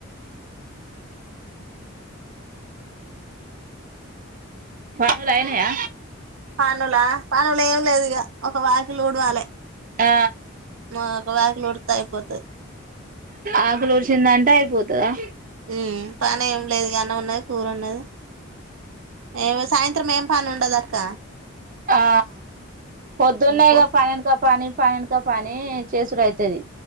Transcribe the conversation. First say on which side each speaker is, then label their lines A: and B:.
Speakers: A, on the right; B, on the right.
A: పనులు అయినయా,
B: పనుల పనులు ఏం లేదు ఇక ఒక వాకిలుూడవాలె
A: ఆ
B: ఆ ఒక వాకిలి ఊడిత్తే అయిపోతది
A: ఆకులీ ఊడ్చిందటే అయిపోతదా
B: మ్మ్ పనీ ఏం లేదు ఇగ ఉన్నది కూర ఉన్నది ఏమో సాయం తిరమేం పని ఉండదక్క
A: ఆ పొద్దున్నే
B: పో
A: ఇగ పనంతా పని పని వెనక పని చేసుడు అయితది